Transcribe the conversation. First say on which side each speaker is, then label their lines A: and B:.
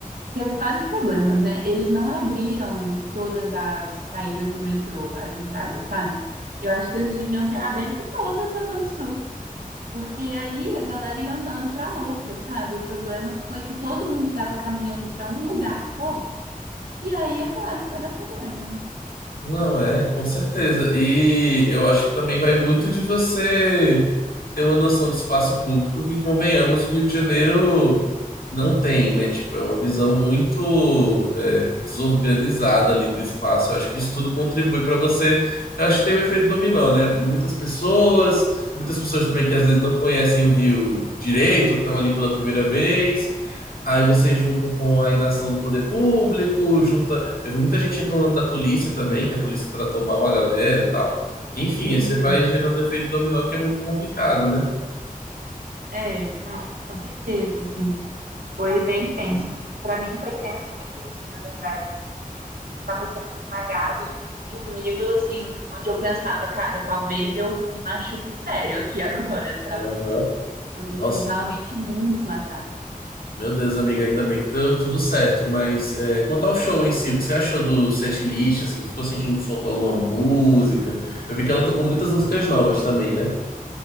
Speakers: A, on the right; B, on the left.
A: teve vários problemas, né? Eles não abriram todas as saídas do metrô, as entradas, sabe? Eu acho que eles deviam ter aberto todas da Zona Sul, porque aí a galera ia andando para outra, sabe? O problema foi que todo mundo estava caminhando para um lugar só, e aí é claro que vai dar problema, né?
B: Não é, com certeza. E eu acho que também vai muito de você ter uma noção de espaço público que, convenhamos, o Rio de Janeiro não tem, né? Tipo, é uma visão muito é, desorganizada ali do espaço. Eu acho que isso tudo contribui para você. Eu acho que tem o efeito dominó, né? Muitas pessoas, muitas pessoas também que às vezes não conhecem o Rio direito, estão ali pela primeira vez. Aí você junta com a inação do poder público, junta. Eu vi muita gente reclamando da polícia também, que a polícia tratou mal a galera e tal. Enfim,
A: Uhum.
B: aí você vai gerando um efeito dominó que é muito complicado, né?
A: É, não, com certeza, assim. Foi bem tenso. Para mim foi tenso o início, na verdade, porque a gente estava sendo esmagado de um nível assim, onde eu pensava, cara, talvez eu me machuque sério aqui <laughs> agora, sabe?
B: Aham.
A: A gente
B: Nossa,
A: foi realmente muito esmagado, assim.
B: meu Deus, amiga, ainda bem que deu tudo certo. Mas é, quanto ao show em si, o que você achou do setlist, assim, ficou sentindo que faltou alguma música? Eu vi que ela tocou muitas músicas novas também, né?